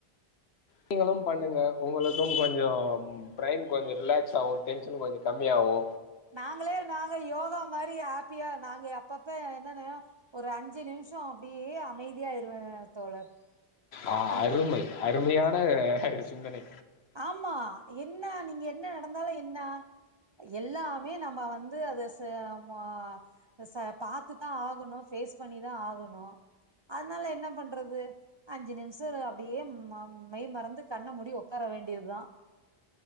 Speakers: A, on the left; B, on the right.
A: நீங்களு பண்ணுங்க உங்களுக்கும் கொஞ்சம் பிரைன் கொஞ்சோ ரிலாக்ஸ் ஆவு டென்ஷன் கொஞ்சோ கம்மியாவு
B: நாங்களே நாங்க யோகா மாரி ஹாப்பியா நாங்க அப்பப்ப என்னன்னயோ ஒரு அஞ்சு நிமிஷோ அப்டியே அமைதியாயிருவ தோழர்
A: அ
B: அந்
A: அருமை அருமையான சிந்தனை
B: ஆமா என்ன நீங்க என்ன நடந்தாலு என்ன எல்லாமே நம்ப வந்து அது ச மா ச பாத்துதா ஆகணு ஃபேஸ் பண்ணிதா ஆகணு அத்னால என்ன பண்றது அஞ்சு நிமிசோ அப்டியே ம மெய் மறந்து கண்ண முடி ஒக்கார வேண்டியதா